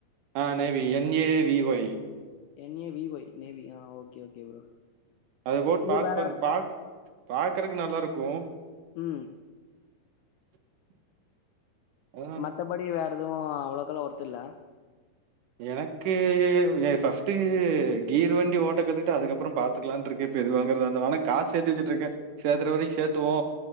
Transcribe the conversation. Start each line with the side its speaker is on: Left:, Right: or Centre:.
Right: ஆ Navi N A V Y
Left: N A V Y Navi ஆ ஓகே ஓகே ப்ரோ
Right: அது போட்டு
Left: இது
Right: பார
Left: வேற
Right: பாருங்க பா பாக்குறக்கு நல்லா இருக்கு
Left: ம்
Right: <inaudible> அதா
Left: மத்த படி வேற் எதுவு அவ்ளோக்கல்லா ஒர்த் இல்ல
Right: எனக்கு ஏ ஃபஸ்ட்டு கீர் வண்டி ஓட்ட கத்துக்கிட்டு அதுக்கப்புற பாத்துக்லான்ருக்கே இப்ப இது வாங்கற்தா இருந்தா ஆனா காஸ் சேத்து வெச்சுட்டுக்கே சேத்துர வரைக் சேத்துவோ